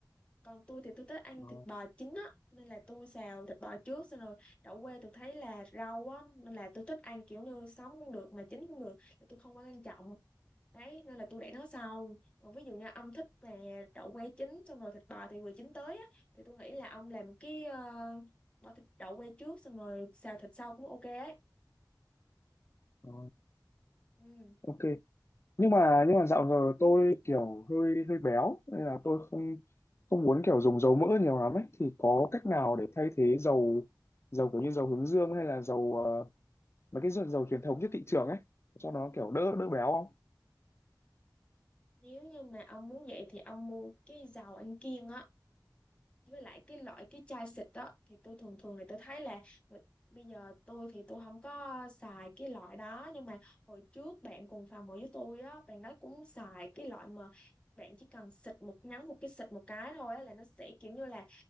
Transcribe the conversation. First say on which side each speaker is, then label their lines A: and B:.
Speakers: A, on the left; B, on the left.
A: còn tôi thì tôi thích ăn
B: ờ,
A: thịt bò chín á nên là tôi xào thịt bò trước xong rồi đậu que tôi thấy là rau á nên là tôi thích ăn kiểu như sống cũng được mà chín cũng được là tôi không quá quan trọng đấy nên là tôi để nó sau còn ví dụ như ông thích về đậu que chín xong rồi thịt bò thì vừa chín tới á thì tôi nghĩ là ông làm cái ờ, bỏ thịt đậu que trước xong rồi xào thịt sau cũng ok ấy
B: ờ,
A: ừ.
B: ok nhưng mà nhưng mà dạo giờ tôi kiểu hơi hơi béo nên là tôi không không muốn kiểu dùng dầu mỡ nhiều lắm ấy thì có cách nào để thay thế dầu dầu kiểu như dầu hướng dương hay là dầu ờ, mấy cái dầu, dầu truyền thống trên thị trường ấy cho nó kiểu đỡ đỡ béo không
A: nếu như mà ông muốn vậy thì ông mua cái dầu ăn kiêng á với lại cái loại cái chai xịt đó thì tôi thường thường thì tôi thấy là ờ, bây giờ tôi thì tôi không có xài cái loại đó nhưng mà hồi trước bạn cùng phòng ở với tôi á bạn đó cũng xài cái loại mà bạn chỉ cần xịt một nhắn một cái xịt một cái thôi á là nó sẽ kiểu như là